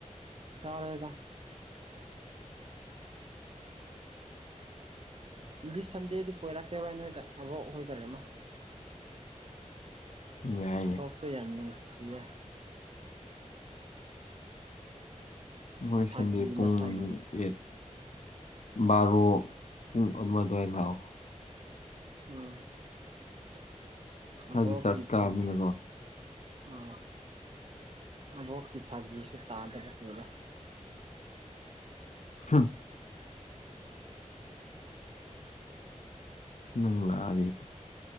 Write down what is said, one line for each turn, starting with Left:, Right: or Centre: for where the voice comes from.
Right: ꯆꯥꯔꯦꯗꯥ ꯗꯤꯁ ꯁꯟꯗꯦꯗꯤ ꯀꯣꯏꯔꯥꯛꯀꯦ ꯕꯥꯏ ꯅꯣꯏꯗ ꯑꯕꯣꯛ ꯍꯣꯏ <unintelligible>
Left: ꯌꯥꯏꯌꯦ
Right: ꯑꯕꯣꯛꯇꯣ ꯌꯥꯝ ꯅꯨꯪꯁ ꯁꯤꯌꯥ
Left: ꯍꯣꯏ
Right: ꯐꯥꯒꯤꯅ
Left: ꯁꯟꯗꯦ ꯄꯨꯡ
Right: ꯐꯥꯒꯤ
Left: ꯑꯦꯠ ꯕꯥꯔꯣ ꯄꯨꯡ ꯑꯃ ꯑꯗꯨꯋꯥꯏ ꯂꯥꯛꯑꯣ
Right: ꯎꯝ
Left: ꯍꯥꯏꯗꯤ
Right: ꯑꯕꯣꯛꯀꯤ
Left: ꯆꯔꯆ ꯀꯥꯕꯅꯤꯅꯀꯣ
Right: ꯐꯒꯤ ꯑꯥ ꯑꯕꯣꯛꯀꯤ ꯐꯥꯒꯤꯁꯨ ꯇꯥꯗꯕ ꯀꯨꯏꯔꯦ
Left: ꯍꯝ ꯅꯪ ꯂꯥꯛ ꯑꯗꯤ